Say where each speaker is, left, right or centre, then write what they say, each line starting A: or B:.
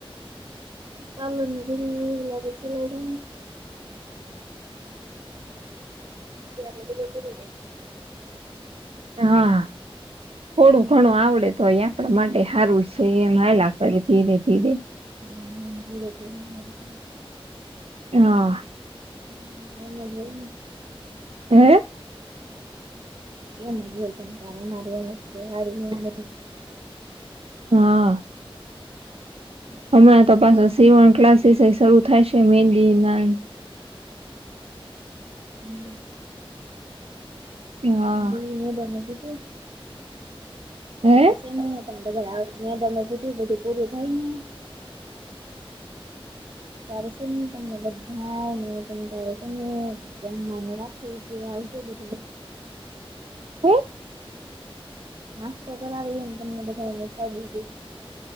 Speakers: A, on the right; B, on the right.
A: કાલનુંવ <unintelligible> આપડે સન્ડે. <unintelligible> રોગે છે.
B: હા, થોડું ઘણું આવડે તોય આપણા માટે સારું સે, એમ હાલ્યા કરે ધીરે ધીરે.
A: <unintelligible>
B: હા
A: હ એમ જ હોય ને
B: હે! !
A: એમ જ હોય પણ ત મારે એમ જ છે વારી <unintelligible>
B: હા
A: <inaudible>
B: હમણાં તો પાછો સીવણ ક્લાસીસ એ શરૂ થાય છે, મેંદીના ન
A: <unintelligible> હા ઈ
B: હા
A: મેડમે કીધું.
B: હે
A: એ કે છે નહી તમે બધા મે તમે કીધું બધું પૂરું થાય ને ત્યારે છે નને તમને બધા ને તમ ત્યારે છે ને <unintelligible> દમનો રાખી એ આવ બછ
B: હુ
A: નાસ્તો કરાવે એમ તમને બધાએ ખાધું કે?